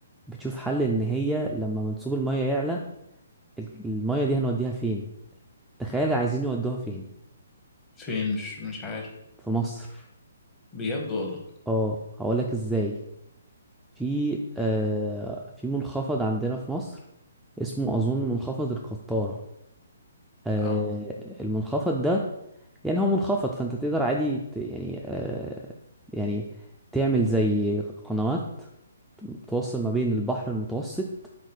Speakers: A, in the centre; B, on the left.
A: بتشوف حل ان هي لما منسوب المية يعلى ال- المية دي هنوديها فين تخيل عايزين يودوها فين
B: فين مش مش عارف
A: في مصر
B: بجد والله
A: اه هقولك ازاي في آه في منخفض عندنا في مصر اسمه أظن منخفض القطارة آه
B: اه
A: المنخفض ده يعني هو منخفض فأنت تقدر عادي ت- يعني آه يعني تعمل زي قنوات توصل ما بين البحر المتوسط